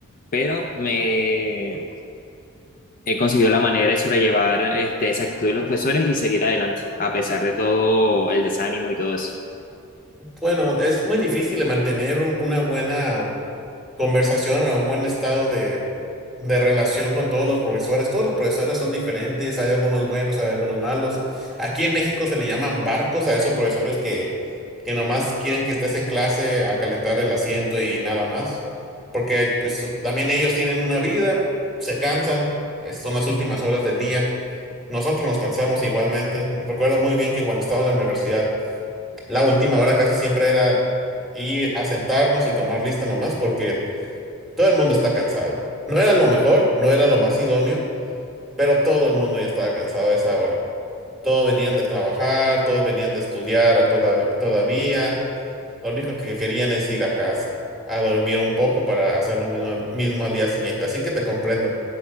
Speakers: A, on the left (about 40°); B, in the centre.
A: Pero me he conseguido la manera de sobrellevar, este, esa actitud de los profesores y seguir adelante, a pesar de todo el desánimo y todo eso.
B: Bueno, es muy difícil mantener un- una buena conversación o un buen estado de, de relación con todos los profesores. Todos los profesores son diferentes, hay algunos buenos, hay algunos malos. Aquí en México se le llaman barcos a esos profesores que, que nomás quieren que estés en clase a calentar el asiento y nada más. Porque pues, también ellos tienen una vida, se cansan, eh, son las últimas horas del día. Nosotros nos cansamos igualmente. Recuerdo muy bien que cuando estaba en la universidad, la última hora casi siempre era ir a sentarnos y tomar lista nomás, porque todo el mundo está cansado. No era lo mejor, no era lo más idóneo, pero todo el mundo ya estaba cansado a esa hora. Todos venían de trabajar, todos venían de estudiar todav- todavía. Lo único que querían es ir a casa, a dormir un poco para hacer lo mismo, mismo al día siguiente. Así que te comprendo.